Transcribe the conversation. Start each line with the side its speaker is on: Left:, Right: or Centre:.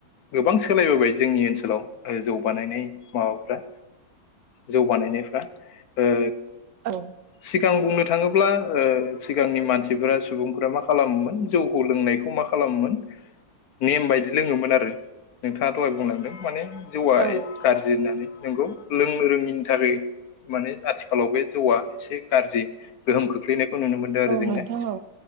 Left: गोबां सोलायबोबाय जोंनि ओनसोलाव जौगानायनाय माबाफ्रा जौ बानायनायफ्रा ओ
Right: औ
Left: सिगां बुंनो थाङोब्ला सिगांनि मानसिफोरा सुबुंफोरा मा खालामोमोन जौखौ लोंनायखौ मा खालाम खालामोमोन नेम बायदि लोङोमोन आरो नोंथाङा दहाय बुंलांदों माने जौआ
Right: औ
Left: गाज्रि होननानै नोंगौ लोंनो रोङिनि थाखाय माने आथिखालाव बे जौआ एसे गाज्रि गोहोम खोख्लैनायखौ नुनो मोनदों आरो जोङो
Right: नोंथां औ